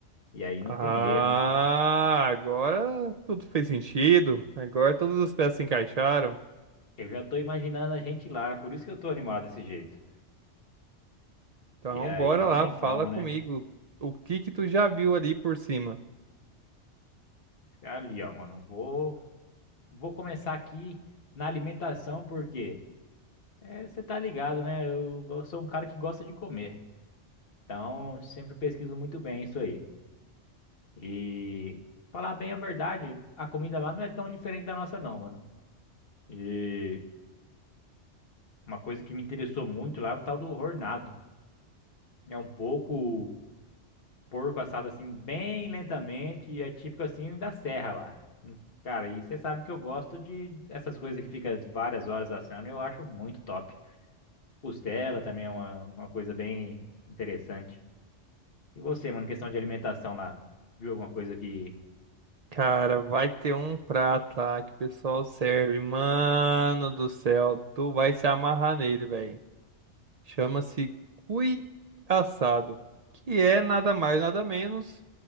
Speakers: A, on the left (about 55°); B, on the right (about 65°).
A: E aí não
B: Ah,
A: tem erro.
B: agora tudo fez sentido. Agora todas as peças se encaixaram.
A: Eu já tô imaginando a gente lá, por isso que eu tô animado desse jeito.
B: Então,
A: E aí
B: bora
A: não
B: lá,
A: tem
B: fala
A: como,
B: comigo.
A: né?
B: O que que tu já viu ali por cima?
A: Ali, ó, mano, vou, vou começar aqui na alimentação, porque É, você tá ligado, né? Eu, eu sou um cara que gosta de comer. Então, sempre pesquiso muito bem isso aí. E falar bem a verdade, a comida lá não é tão diferente da nossa, não, mano. E uma coisa que me interessou muito lá é o tal do hornado. É um pouco porco assado assim, bem lentamente, e é típico assim da serra lá. Hum, Cara, e você sabe que eu gosto de essas coisas que fica várias horas assando, eu acho muito top. Costela também é uma, uma coisa bem interessante. E você, mano, questão de alimentação lá, viu alguma coisa que...
B: Cara, vai ter um prato lá que o pessoal serve. Mano do céu, tu vai se amarrar nele, velho. Chama-se cui assado, que é nada mais, nada menos